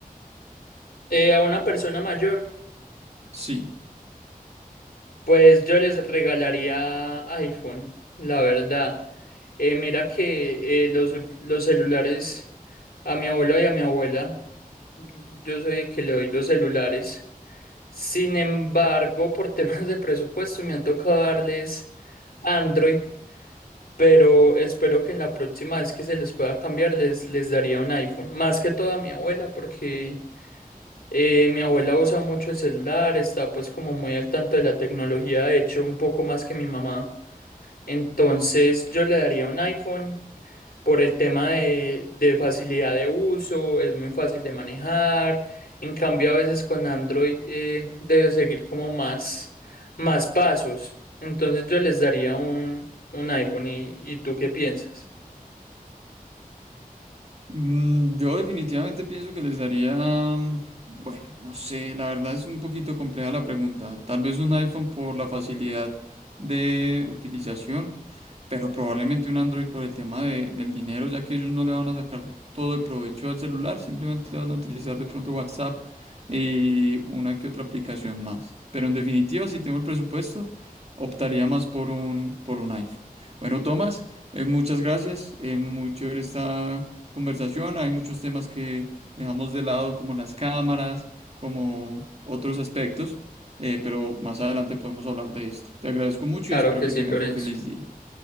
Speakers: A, on the left; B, on the right.
A: Eh, a una persona mayor,
B: Sí.
A: pues yo les regalaría iPhone, la verdad. Eh, mira que eh, los, ul- los celulares a mi abuelo y a mi abuela, yo soy el que le doy los celulares. Sin embargo, por <laughs> temas de presupuesto me han tocado darles Android, pero espero que en la próxima vez que se les pueda cambiar les, les daría un iPhone. Más que todo a mi abuela, porque Eh, mi abuela usa mucho el celular, está pues como muy al tanto de la tecnología, de hecho un poco más que mi mamá. Entonces yo le daría un iPhone por el tema de, de facilidad de uso, es muy fácil de manejar. En cambio a veces con Android eh, debe seguir como más, más pasos. Entonces yo les daría un, un iPhone y, ¿y tú qué piensas?
B: Mm, Yo definitivamente pienso que les daría, mm, bueno, no sé, la verdad es un poquito compleja la pregunta. Tal vez un iPhone por la facilidad de utilización, pero probablemente un Android por el tema de- del dinero, ya que ellos no le van a sacar todo el provecho al celular, simplemente van a utilizar de pronto WhatsApp y una que otra aplicación más. Pero en definitiva, si tengo el presupuesto, optaría más por un, por un iPhone. Bueno, Tomás. Eh, muchas gracias, eh, muy chévere esta conversación. Hay muchos temas que dejamos de lado, como las cámaras, como otros aspectos, eh, pero más adelante podemos hablar de esto. Te agradezco mucho
A: Claro
B: y espero
A: que
B: que
A: sí,
B: tengas
A: Lorenzo.
B: un feliz día.